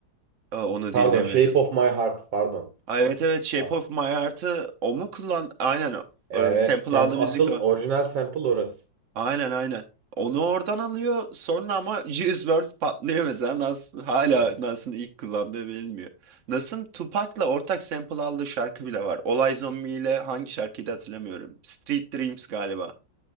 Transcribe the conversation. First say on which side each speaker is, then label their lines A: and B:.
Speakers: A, on the right; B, on the right.
A: Aa, Onu
B: Pardon,
A: dinlemedim.
B: Shape of My Heart, pardon.
A: Aa, evet evet Shape
B: As
A: of My Heart'ı o mu kullan? Aynen
B: Evet,
A: e, sample
B: sem
A: aldı
B: asıl
A: müzik o.
B: orijinal sample orası.
A: Aynen aynen. Onu oradan alıyor sonra ama Juice World patlıyor mesela Nas, hala
B: Evet.
A: Nas'ın ilk kullandığı bilinmiyor. Nas'ın Tupac'la ortak sample aldığı şarkı bile var. Olay Zombie ile hangi şarkıydı hatırlamıyorum. Street Dreams galiba.